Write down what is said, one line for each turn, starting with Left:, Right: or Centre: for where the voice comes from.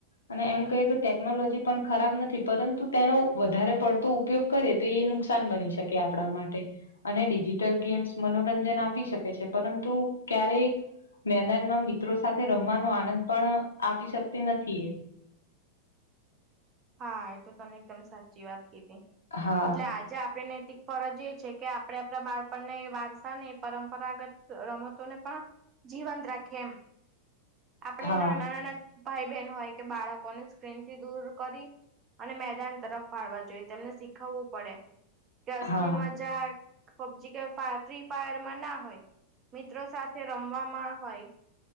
Left: અને એમ કહીએ તો ટેકનોલોજી પણ ખરાબ નથી પરંતુ તેનો વધારે પડતો ઉપયોગ કરે તો એ નુકસાન બની શકે આપણા માટે અને ડિજિટલ ગેમ્સ મનોરંજન આપી શકે છે પરંતુ ક્યારેક મેદાનમાં મિત્રો સાથે રમવાનો આનંદ પણ આપી શકતી નથી એ
Right: હા એ તો તમે એકદમ સાચી વાત કીધી
Left: હા
Right: એટલે આજે આપણી નૈતિક ફરજ એ છે કે આપણે આપણા બાળપણ ના વારસા ને એ પરંપરાગત રમતોને પણ જીવંત રાખે એમ આપણેે
Left: હા
Right: નાના નાના ભાઈ બહેન હોય કે બાળકોને સ્ક્રીન થી દૂર કરી અને મેદાન તરફ વાળવા જોઈએ તેમને શીખવવું પડે કે અસલી
Left: હા
Right: મજા પબજી કે ફા ફ્રી ફાયર માં ના હોય મિત્રો સાથે રમવામાં હોય